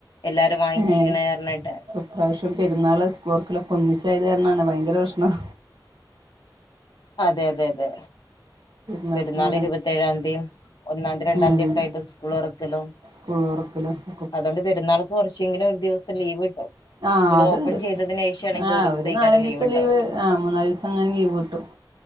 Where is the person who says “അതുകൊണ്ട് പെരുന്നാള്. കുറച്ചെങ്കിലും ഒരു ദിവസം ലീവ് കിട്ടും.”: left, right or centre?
Left